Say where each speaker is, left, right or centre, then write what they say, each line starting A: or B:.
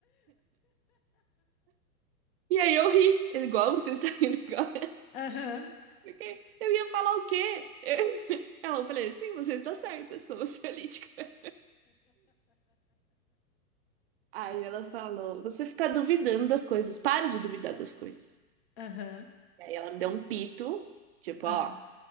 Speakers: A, on the right; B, on the left.
A: E aí eu ri, igual você está <laughs> rindo agora.
B: Aham,
A: Porque eu ia falar o quê? <laughs> Ela eu falei: Sim, você está certa, eu sou ansiolítica. <laughs> Aí ela falou: Você fica duvidando das coisas, para de duvidar das coisas.
B: aham,
A: E aí ela me deu um pito, tipo:
B: aham,
A: Ó,